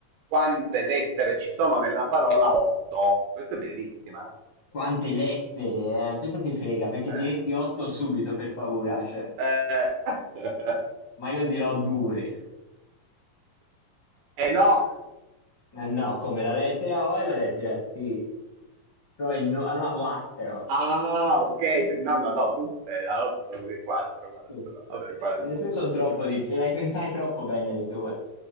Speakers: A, on the right; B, on the left.
A: Quante lettere ci sono nella parola 8? Questa è bellissima.
B: Quante lettere, eh? Questa ti frega, perché
A: Eh,
B: diresti otto subito per paura, cioè.
A: eh. <laughs>
B: Ma io dirò due.
A: Eh no,
B: Ma no, come la lettera O e la lettera T. Però il nu- alla quattro.
A: Ah, ok, tu- no, no, no, tutte, la 8, 4, 4.
B: Sì.
A: Vabbè,
B: Eh,
A: qua la risposta
B: Le tue sono
A: dice
B: troppo
A: 4.
B: difficili, le hai pensate troppo bene le tue.